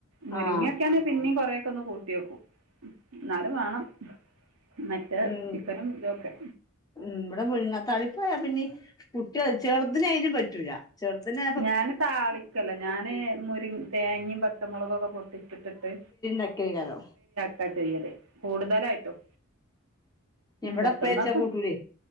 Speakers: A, on the right; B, on the left.
A: മുരിങ്ങിയൊക്കാനെ
B: ആ
A: പിന്നെയും കൊറെയൊക്കെ ഒന്ന് കൂട്ടിയോക്കും ഉം ഇന്നാലും വാണം. മറ്റേ
B: ഉം
A: ചിക്കനും ഇതൊക്കെ.
B: ഉം ഇബടെ മുരിങ്ങാ താളിപ്പായാ പിന്നിം കുട്ടിയേ ചെർതിനെയ്നും പറ്റൂല. ചെർതിനെ
A: ഞാന് താളിക്കല്ല ഞാന് മുരി തേങ്ങിമ് പച്ചമുളകും ഒക്കെ പൊട്ടിചിട്ടിട്ട്.
B: ചക്ക കോ
A: ക്ക ചെയ്യല് കൂടുതലായിട്ടും.
B: ഇവിടെ
A: ബറ്റൊന്നോക്കെ
B: ഉപ്പേരി വെച്ചാ കൂട്ടൂലേ